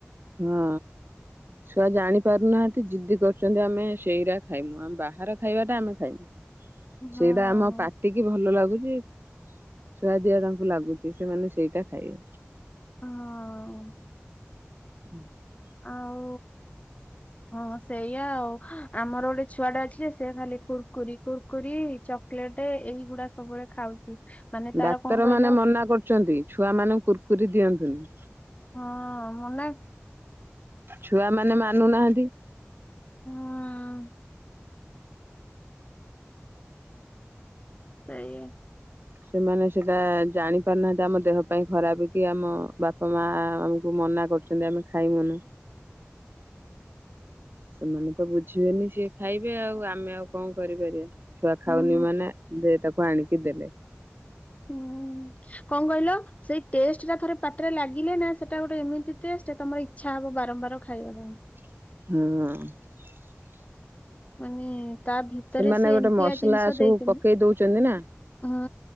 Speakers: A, on the right; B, on the left.
A: ହଁ ଛୁଆ ଜାଣି ପାରୁନାହାନ୍ତି ଯିଦି କରୁଛନ୍ତି ଆମେ ସେଇରା ଖାଇବୁ ଆମେ ବାହାର ଖାଇବାଟା ଆମେ ଖାଇବୁ।
B: ହଁ
A: ସେଇଟା ଆମ ପାଟିକି ଭଲ ଲାଗୁ ସୁଆଦିଆ ତାଙ୍କୁ ଲାଗୁଛି ସେମାନେ ସେଇଟା ଖାଇବେ।
B: ହଁ
A: <inaudible>
B: ଆଉ ହଁ ସେଇଆ ଆଉ ଆମର ଗୋଟେ ଛୁଆ ଟା ଅଛି ସେ ଖାଲି କୁୁରକୁରି କୁୁରକୁରି ଚକୋଲେଟ ଏଇଗୁଡା ସବୁବେଳେ ଖାଉଛି। ମାନେ ତାର
A: ଡାକ୍ତର
B: କଣ କହିଲ
A: ମାନେ ମନା କରୁଛନ୍ତି ଛୁଆ ମାନଙ୍କୁ କୁର୍କୁରି ଦିଅନ ତୁନି।
B: ହଁ ମନା
A: ଛୁଆ ମାନେ ମାନୁନାହାନ୍ତି।
B: ହଁ ସେଇଆ।
A: ସେମାନେ ସେଇଟା ଜାଣି ପାରୁନାହାନ୍ତି ଆମ ଦେହ ପାଇଁ ଖରାପ କି ଆମ ବାପା ମା ଆମକୁ ମନା କରୁଛନ୍ତି ଆମେ ଖାଇମୁନୁ। ସେମାନେ ତ ବୁଝିବେନି ସିଏ ଖାଇବେ ଆଉ ଆମେ ଆଉ କଣ କରିପାରିବା। ଛୁଆ
B: ହୁଁ
A: ଖାଉନି ମାନେ ଦେ ତାକୁ। ଆଣିିକି ଦେଲେ।
B: ହୁଁ କଣ କହିଲ ସେଇ ଟେଷ୍ଟ ଟା ଥରେ ପାଟିରେ ଲାଗିଲେ ନା ସେଟା ଗୋଟେ ଏମିତି ଟେଷ୍ଟ ତମର ଇଛା ହବ ବାରମ୍ବାର ଖାଇବା ପାଇଁ।
A: ହୁଁ।
B: ମାନେ। ତା ଭିତରେ
A: ସେମାନେ
B: ସେ
A: ଗୋଟେ
B: ଏମିତିଆ
A: ମସଲା
B: ଜିନିଷ
A: ସବୁ
B: ଦେଇଛନ୍ତି
A: ପକେଇ ଦଉଛନ୍ତି ନା
B: ହଁ